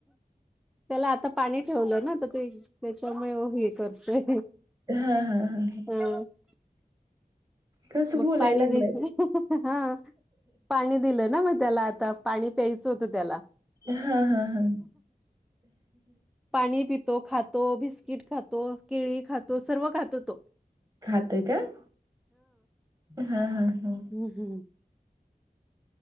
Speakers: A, in the centre; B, on the right.
A: त्याला आता पाणी ठेवलं ना, तर ते त्याच्यामुळे हे करतोय.
B: हं हं हं हं
A: ह <inaudible>
B: कसं
A: मग
B: बोलाय
A: पाणी
B: लागलाय?
A: दे हा, पाणी दिलं ना मग त्याला आता पाणी प्यायचं होतं. त्याला
B: हां, हां, हां.
A: पाणी तो खातो. बिस्किट खातो, केळी खातो, सर्व खातो तो.
B: खातय काय? हं हं हं.
A: हं हं.